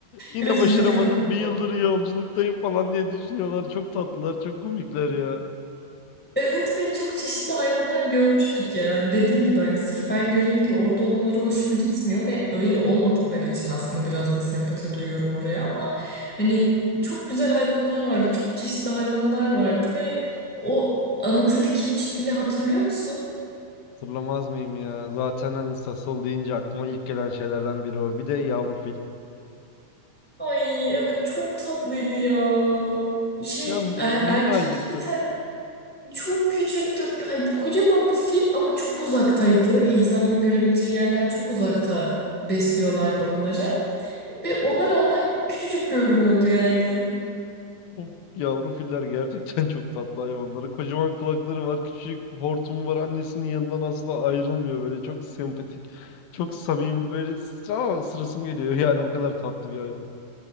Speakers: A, on the left; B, in the centre.
A: Yine
B: Biraz
A: başaramadım.
B: üzücü kaplumbağa.
A: Bir yıldır yolculuktayım falan diye düşünüyorlar. Çok tatlılar, çok komikler ya.
B: Evet ve çok çeşitli hayvanlar görmüştük ya. Hani dediğim gibi hani sırf ben göreyim diye orada olmaları hoşuma gitmiyor ve öyle olmadıkları için aslında biraz da sempati duyuyorum oraya ama hani çok güzel hayvanlar vardı. Çok çeşitli hayvanlar vardı ve o anıta dikilmiş fili hatırlıyor musun?
A: Hatırlamaz mıyım ya? Zaten hani Sasol deyince aklıma ilk gelen şeylerden biri o. Bir de yavru fil.
B: Ay evet çok tatlıydı ya. Şey
A: Ya min-
B: e-
A: minnacıktı.
B: erkek bir tane Çok küçüktü. Yani kocaman bir fil ama çok uzaktaydı. İnsanların görebileceği yerden çok uzakta besliyorlardı onları. Ve ona rağmen küçücük görünüyordu yani.
A: Of, yavru filler gerçekten <laughs> çok tatlı hayvanları. Kocaman kulakları var, küçük hortumu var. Annesinin yanından asla ayrılmıyor böyle. Çok sempatik, çok samimi böyle. Ama sırası mı geliyor <laughs> yani o kadar tatlı bir hayvan.